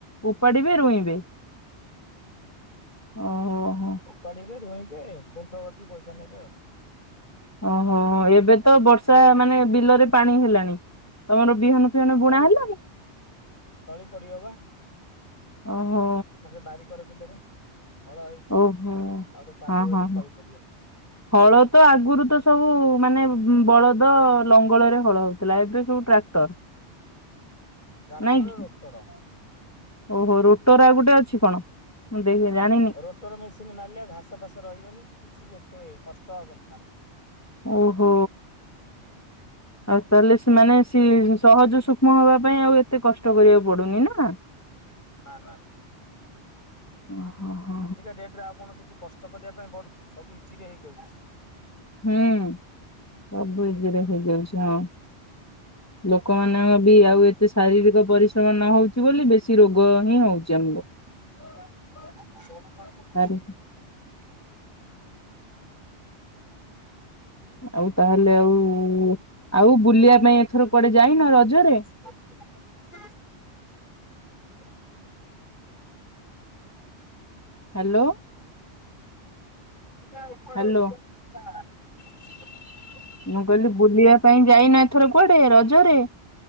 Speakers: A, on the left; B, on the left.
A: ଉପାଡିବେ ରୁଇଁବେ। ଓହୋ।
B: ଓପାଡ଼ିବେ ରୋଇଁବେ ଗୁଣ୍ଠବର୍ତ୍ତିୀ ପଇସା ନେବେ ଆଉ।
A: ଓହୋ ଏବେ ତ ବର୍ଷା ମାନେ ବିଲରେ ପାଣି ହେଲା। ତମର ବିହନ ଫିହନ
B: ତଳି
A: ବୁଣା ହେଲା।
B: ତଳି ପଡିିବ ବା
A: ଓହୋ
B: ସେ ବାରିକର ବିଲରେ। ହଳ ହେଇଛି
A: ଓହୋ।
B: ଆଉ ଗୋଟେ କାଦୁଅ
A: ହଁ
B: ହେଇକି
A: ହଁ ହଁ
B: ତଳି ପଡିବ।
A: <inaudible> ହଳ ତ ଆଗରୁ ତ ସବୁ ମାନେ ବଳଦ ଲଙ୍ଗଳରେ ହଳ ହଉଥିଲା ଏବେ ସବୁ ଟ୍ରାକ୍ଟର। <inaudible>
B: ଟ୍ରାକ୍ଟର
A: ନାଇଁ କି
B: ରୋଟର।
A: ଓହୋ ରୋଟର ଆଉ ଗୋଟେ ଅଛି କଣ ମୁଁ ଦେଖିନି ଜାଣିନି।
B: ରୋଟର ମେସିନ୍ ମାରିଲେ ଆଉ ଘାସ ଫାସ ରହିବନି କି କିଛି ବି ଏତେ କଷ୍ଟ ହବନି ତାପରେ।
A: ଓହୋ। ଆଉ ତାହେଲେ ସେମାନେ ସି ସହଜ ସୂକ୍ଷ୍ମ ହବା ପାଇଁ ଆଉ ଏତେ କଷ୍ଟ କରିବାକୁ ପଡୁନି ନା? <inaudible>
B: ନା ନା।
A: ଓହୋ ହୋ।
B: ଆଜିକା ଡେଟ୍ ରେ ଆଉ କଣ କିଛି କଷ୍ଟ କରିବା ପାଇଁ ପଡୁଛି ସବୁ ଇଜି ରେ ହେଇଯାଉଛି।
A: ହୁଁ ସବୁ ଇ ଜିରେ ହେଇଯାଉଛି ହଁ ଲୋକମାନଙ୍କ ବି ଆଉ ଏ ତେ ଶାରୀରିକ ପରିଶ୍ରମ ନ ହଉଛି ବୋଲି ବେଶୀ ରୋଗ ହିଁ ହଉଛି ଆମକୁ।
B: <unintelligible>
A: ଆରେ ହୁଁ। ଆଉ ତାହେଲେ ଆଉ-ଉ-ଉ-ଉ ଆଉ ବୁଲିବା ପାଇଁ ଏଥର କୁଆଡେ ଯାଇନ ରଜରେ।
B: <unintelligible>
A: ହ୍ୟାଲୋ।
B: <unintelligible>
A: ହ୍ୟାଲୋ। ମୁଁ କହିଲି ବୁଲିବା ପାଇଁ ଯାଇନ ଏଥର କୁଆଡେ ରଜରେ?